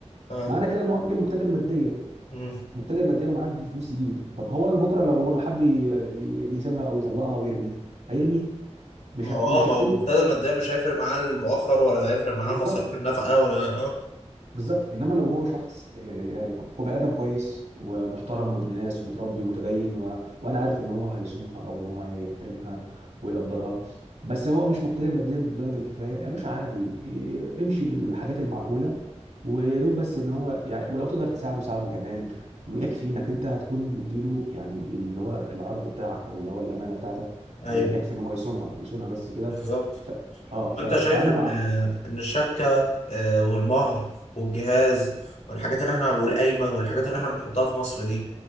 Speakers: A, on the left (about 85°); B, on the right (about 80°).
A: اه
B: معنى كده ان هو راجل مقتدر ماديا
A: امم
B: مقتدر ماديا ومعاه يجيب فلوس يجيب طب هو بكره لو هو حب ي- ي- يسيبها او يطلقها او يرميها هيرميها مش
A: ما
B: هكون
A: هو
B: مش
A: اه ما
B: هتكون
A: هو مقتدر ماديا مش هيفرق معاه المؤخر ولا هيفرق معاه
B: بالظبط
A: المصاريف النفقه ولا اه
B: بالظبط انما لو هو شخص آه، ك- بني ادم كويس ومحترم وابن ناس ومتربي ومتدين و... وانا عارف ان هو هيصونها او ان هو هيحترمها ويقدرها بس هو مش مقتدر ماديا بالدرجه الكفايه يا باشا عادي ي- امشي بالحاجات المعقوله ويا دوب بس ان هو يعني ولو تقدر تساعده ساعده كمان ويكفي انك انت هتكون مديله يعني اللي هو العرض بتاعك او اللي هو الامانه بتاعتك
A: ايوه
B: هي- يكفي ان هو يصونها يصونها بس كده
A: بالظبط
B: ف... اه
A: طب
B: ف...
A: انت
B: فانا
A: شايف ان
B: مع
A: ان الشبكه آه، والمهر والجهاز والحاجات اللي احنا والقايمه والحاجات اللي احنا بنحطها في مصر دي